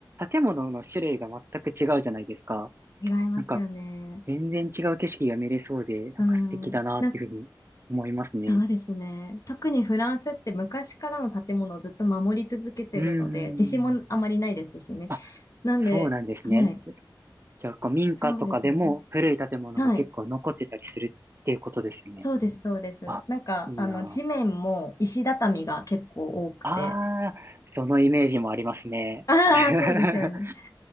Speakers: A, on the right; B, on the left.
A: 建物の種類が全く違うじゃないですか。
B: 違いますよね。
A: なんか全然違う景色が見れそうで、なんか素敵だなっていうふうに思いますね。
B: うん。な、そうですね。特にフランスって昔からの建物をずっと守り続けてるので、
A: うーん。
B: 地震もあまりないですしね。
A: あ、
B: なんで、
A: そうなんですね。
B: はい。
A: じゃ、じゃあこう民家とかでも古い建物が結構残ってたりするっていうことですよね。
B: そうですね。はい。そうです、そうです。
A: あ、
B: なんか、
A: いいな
B: あの、地面も石畳が結構多くて。
A: あ。あー、そのイメージもありますね。
B: ああ、
A: <laughs>
B: そうですよね。